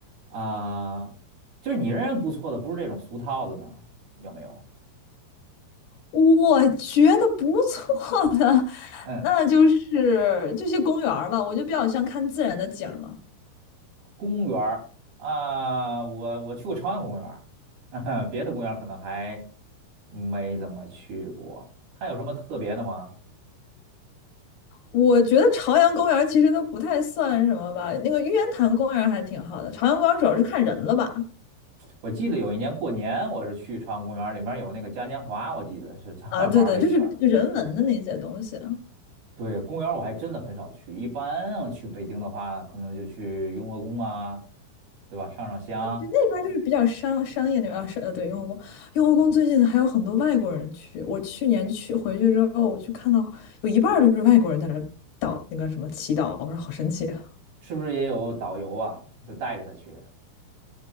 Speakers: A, on the right (about 50°); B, on the left (about 70°).
A: 啊、就是你认为不错的，不是这种俗套的呢，有没有？
B: 我觉得不错的，<laughs>
A: 嗯。
B: 那就是这些公园儿吧，我就比较像看自然的景儿嘛。
A: 公园儿啊，我我去过朝阳公园儿，<laughs> 别的公园儿可能还没怎么去过。它有什么特别的吗？
B: 我觉得朝阳公园其实都不太算什么吧，那个玉渊潭公园还挺好的，朝阳公园主要是看人了吧？
A: 我记得有一年过年，我是去朝阳公园儿，里面有那个嘉年华，我记得是上那儿玩儿了一圈儿
B: 啊，对对，就是就人文的那些东西啊，
A: 对，公园儿我还真的很少去，一般要去北京的话，可能就去雍和宫啊，对吧？上上香，
B: 那边就是比较商商业那边啊是呃，对，雍和宫，雍和宫最近还有很多外国人去，我去年去回去之后，我去看到有一半儿都是外国人在那儿祷那个什么祈祷，我说好神奇啊
A: 是不是也有导游啊，就带着他去？